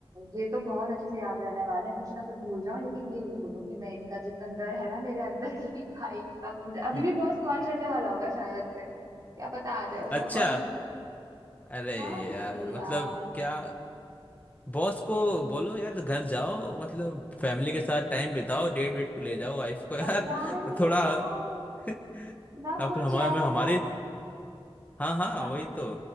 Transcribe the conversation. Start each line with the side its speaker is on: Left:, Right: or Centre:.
Right: है ये तो बहुत अच्छे से याद रहने वाले हैं कुछ ना कुछ भूल जाऊं लेकिन ये नहीं भूलूंगी मैं इनका जितना डर है ना मेरे अंदर <laughs> की भाई अब मुझे अभी
Left: ये-
Right: भी बॉस कॉल करने वाला होगा शायद से क्या पता आ जाए उसका
Left: अच्छा
Right: कॉल
Left: अरे
Right: हाँ भाई
Left: यार मतलब
Right: यार
Left: क्या बॉस को बोलो यार घर जाओ मतलब फैमिली के साथ टाइम बिताओ डेट वेट पे ले जाओ वाइफ को यार
Right: पता नहीं
Left: थोड़ा
Right: यार
Left: <laughs>
Right: ना
Left: अब
Right: खुद
Left: हमारे
Right: चैन
Left: हमारी
Right: है ना
Left: हाँ हाँ
Right: ना
Left: वही तो